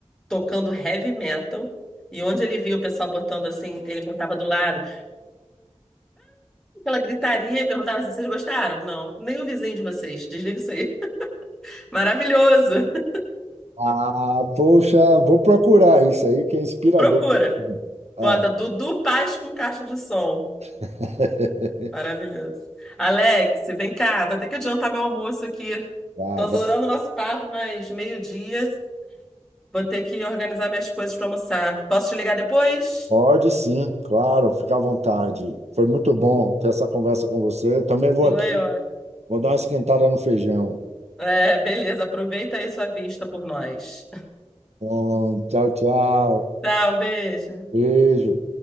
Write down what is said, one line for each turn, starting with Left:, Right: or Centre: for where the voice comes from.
Centre: tocando heavy metal, e onde ele viu o pessoal botando assim, ele botava do lado. ela gritaria e perguntava assim, vocês gostaram? Não, nem o vizinho de vocês. Desliga isso aí. <laughs> Maravilhoso. <laughs>
Right: Ah, poxa, vou procurar isso aí, que é inspirador.
Centre: Procura.
Right: É.
Centre: Bota Dudu Paz com caixa de som.
Right: <laughs>
Centre: Maravilhoso. Alex, vem cá. Vou ter que adiantar meu almoço aqui.
Right: Ah,
Centre: Tô adorando o nosso papo, mas meio-dia vou ter que organizar minhas coisas para almoçar. Posso te ligar depois?
Right: Pode sim, claro, fica à vontade. Foi muito bom ter essa conversa com você. Também vou
Centre: Foi,
Right: aqui,
Centre: ó.
Right: vou dar uma esquentada no feijão.
Centre: É, beleza. Aproveita aí sua vista por nós.
Right: Bom, tchau, tchau.
Centre: <laughs> Tchau, um beijo.
Right: Beijo.